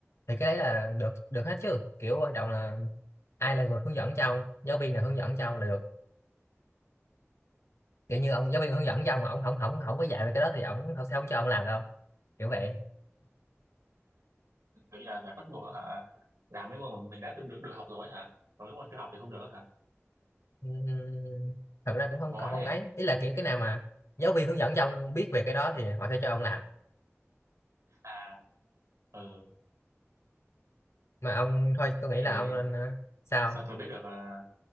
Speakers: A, on the left; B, on the right.
A: thì cái đấy là được được hết chứ kiểu quan trọng là ai là người hướng dẫn cho ông giáo viên nào hướng dẫn cho ông là được kiểu như ông giáo viên hướng dẫn cho ông mà ông không không không có dạy về cái đó thì ông thật sao ông cho ông làm đâu kiểu vậy
B: kiểu như là phải bắt buộc á hả làm mấy môn mà mình đã từng được được học rồi á hả còn mấy môn chưa học thì không được á hả
A: Ừm, thật ra cũng không
B: khó
A: không
B: đấy
A: ấy ý là kiểu cái nào mà giáo viên hướng dẫn cho ông biết về cái đó thì họ sẽ cho ông làm
B: à ừ
A: mà ông thôi tôi
B: thế
A: nghĩ
B: thì
A: là ông nên ờ, sao
B: sao tôi biết được à,